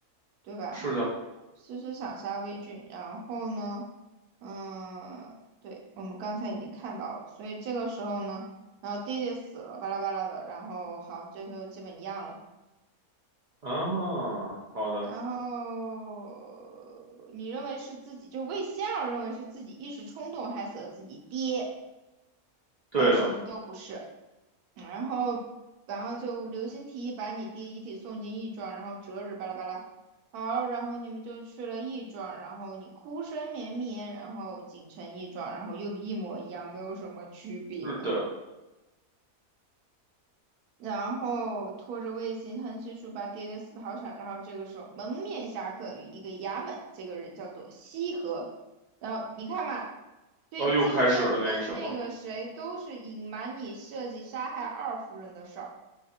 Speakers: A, on the right; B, on the right.
A: 对吧？
B: 是的，
A: 诗诗想杀魏俊，然后呢，嗯，对，我们刚才已经看到了，所以这个时候呢，然后爹爹死了，巴拉巴拉的，然后好，这时候基本一样了。
B: 啊，好的，
A: 然后你认为是自己，就魏先生认为是自己一时冲动害死了自己爹，
B: 对的，
A: 但实际都不是。嗯然后，然后就刘星提议把你爹遗体送进义庄，然后择日巴拉巴拉。好，然后你们就去了义庄，然后你哭声绵绵，然后锦城义庄，然后又一模一样，没有什么区别。
B: 是的。
A: 然后拖着卫星横七竖八、跌跌死跑场，然后这个时候蒙面侠客与一个衙门，这个人叫做西河，然后你看嘛，对竞争跟那个谁都是隐瞒你设计杀害二夫人的事儿，
B: 哦，又开始了那个什么，